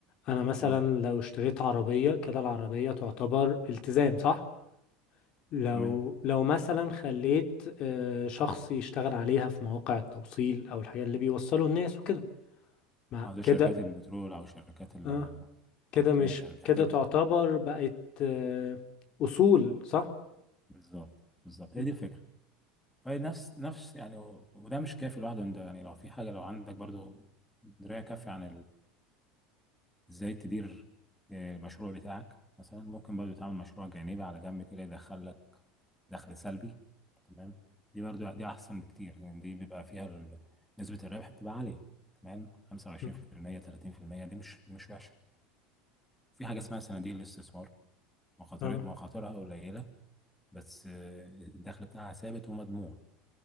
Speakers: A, on the left; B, in the centre.
A: انا مثلا
B: اه
A: لو اشتريت عربيه كده العربيه تعتبر التزام صح لو
B: تمام
A: لو مثلا خليت آه، شخص يشتغل عليها في مواقع التوصيل او الحاجات اللي بيوصلوا الناس وكده ما
B: اه زي
A: كده
B: شركات البترول او شركات ال
A: اه كده
B: بت-
A: مش
B: يعني بتحتاج
A: كده تعتبر بقت آه، اصول صح
B: بالظبط بالظبط
A: م-
B: هي دي الفكره فهي نفس نفس يعني و- وده مش كافي لوحده انت يعني لو في حاجه لو عندك برضو درايه كافيه عن ازاي تدير آه، مشروع بتاعك مثلا ممكن برضو تعمل مشروع جانبي على جنب كده يدخل لك دخل سلبي تمام دي برضو دي احسن بكتير لان دي بيبقى فيها ال- نسبة الربح بتبقى عالية تمام 25%
A: م-
B: 30% دي مش مش وحشة في حاجة اسمها صناديق الاستثمار مخاطر
A: اه
B: مخاطرها قليلة بس آه، الدخل بتاعها ثابت ومضمون